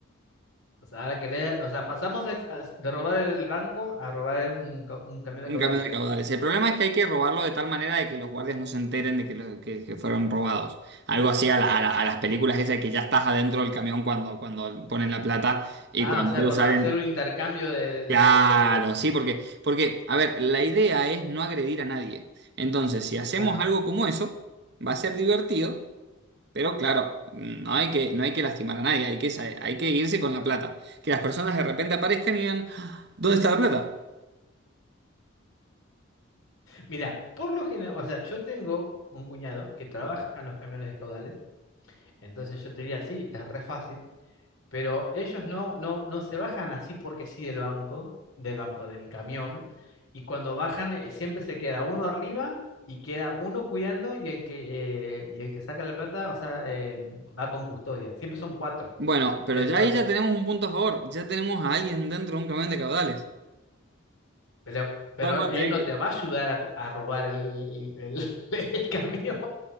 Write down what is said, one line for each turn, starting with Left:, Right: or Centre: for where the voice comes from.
Left: O sea, ahora que le- o sea, pasamos de, a- de robar el banco a robar un, ca- un camión de
Right: Un
Left: caudales.
Right: camión de caudales. El problema es que hay que robarlo de tal manera de que los guardias no se enteren de que, lo- que- que fueron robados. Algo así a, la- a la- a las películas esas que ya estás adentro del camión cuando, cuando ponen la plata y
Left: Ah,
Right: cuando
Left: o sea,
Right: ellos
Left: cuando
Right: salen.
Left: hacer un intercambio de, de-
Right: Claro,
Left: de- de-
Right: sí, porque, porque, a ver, la idea es no agredir a nadie. Entonces, si hacemos
Left: claro.
Right: algo como eso, va a ser divertido, pero claro, no hay que, no hay que lastimar a nadie, hay que, sa- hay que irse con la plata. Que las personas de repente aparezcan y digan, "Ah, ¿dónde está la plata?
Left: Mira, por lo general, o sea, yo tengo un cuñado que trabaja en los camiones de caudales, entonces yo te diría, sí, es re fácil Pero ellos no, no, no se bajan así porque sí del banco, del banco, del camión, y cuando bajan eh, siempre se queda uno arriba y queda uno cuidando y el que, eh, y el que saca la plata, o sea, eh, va con custodia. Siempre son cuatro
Right: Bueno, pero
Left: dentro
Right: ya ahí
Left: del...
Right: ya tenemos un punto a favor, ya tenemos a alguien dentro de un camión de caudales.
Left: Pero, pero
Right: Vamos a
Left: él
Right: tener
Left: no
Right: que,
Left: te va a ayudar a, co- a robar el, el- el- <laughs> el camión.